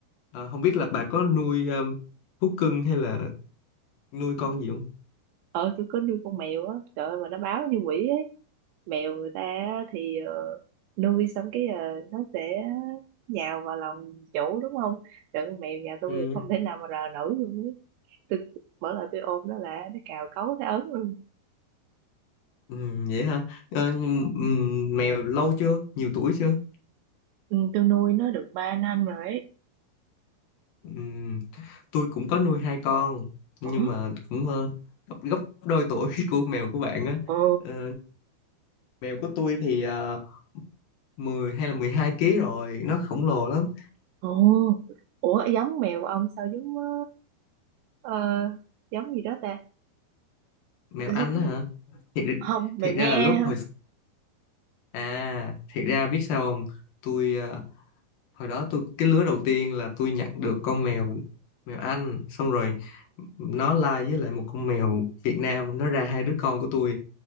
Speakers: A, on the left; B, on the right.
A: Ờ, không biết là bà có nuôi um, thú cưng hay là nuôi con gì không
B: ờ tôi có nuôi con mèo á trời ơi mà nó báo như quỷ ấy mèo người ta á thì ờ, nuôi xong cái ờ, nó sẽ nhào vào lòng chủ đúng không trời con mèo nhà tôi
A: ừ,
B: không thể nào mà rờ nổi luôn ấy. tôi mỗi lần tôi ôm nó là nó cào cấu thấy ấn luôn
A: ừ, vậy hả Ờ, ừm, mèo lâu chưa nhiều tuổi chưa
B: ừ, tôi nuôi nó được ba năm rồi ấy
A: ừ, tôi cũng có nuôi hai con nhưng
B: ủa
A: mà cũng ờ, gấp gấp đôi tuổi <laughs> của mèo của bạn á
B: ồ
A: Ờ, mèo của tôi thì uh, 10 hay là 12 kg rồi nó khổng lồ
B: ờ,
A: lắm
B: ồ ủa giống mèo của ông sao giống ờ, ờ, giống gì đó ta
A: mèo
B: tôi
A: Anh
B: thấy có
A: á hả thiệt
B: không mèo
A: thiệt
B: nghe
A: ra là lúc
B: hả
A: hồi à thiệt ra biết sao không tôi ờ, hồi đó tôi cái lứa đầu tiên là tôi nhặt được con mèo mèo Anh xong rồi nó lai với lại một con mèo Việt Nam nó ra hai đứa con của tôi